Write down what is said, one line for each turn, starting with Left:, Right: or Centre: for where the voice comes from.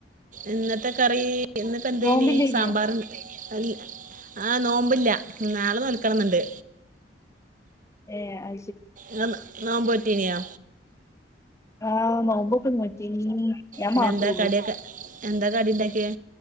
Right: ഇന്നത്തെ കറി ഇന്നിപ്പോ എന്തായിന്
Left: നോമ്പില്ലേനിയോ
Right: സാമ്പാറും അവി ആ നോമ്പില്ല നാളെ നോൽക്കണം എന്നുണ്ട്
Left: ഏ അ
Right: നിങ്ങ നോമ്പ് നോറ്റീനിയാ
Left: ആ നോമ്പൊക്കെ നോറ്റീനി ഞാൻ
Right: ഇന്ന്
Left: മാത്രേ
Right: എന്താ
Left: ഉള്ളൂ
Right: കടിയൊക്കെ എന്താ കടി ഇണ്ടാക്കിയേ